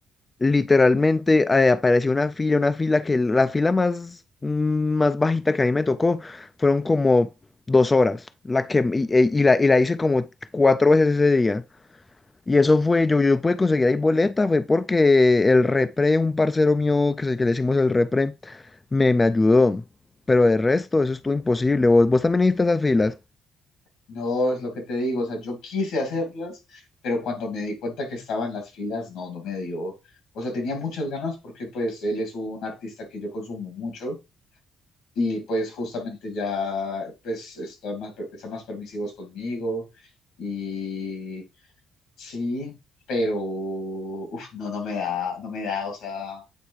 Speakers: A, on the left (about 25°); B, on the left (about 85°).
A: literalmente eh, apareció una fila, una fila que la fila más, mm, más bajita que a mí me tocó fueron como dos horas. La que, y, y- y la, y la hice como cuatro veces ese día. Y eso fue, yo, yo pude conseguir ahí boleta, fue porque el repre, un parcero mío que, se- que le hicimos el repre, me, me ayudó. Pero de resto, eso estuvo imposible. ¿Vos, vos también hiciste esas filas?
B: No, es lo que te digo, o sea, yo quise hacerlas, pero cuando me di cuenta que estaban las filas, no, no me dio. O sea, tenía muchas ganas porque pues él es un artista que yo consumo mucho y pues justamente ya pues está más, está más permisivos conmigo y sí, pero uf, no, no me da, no me da, o sea,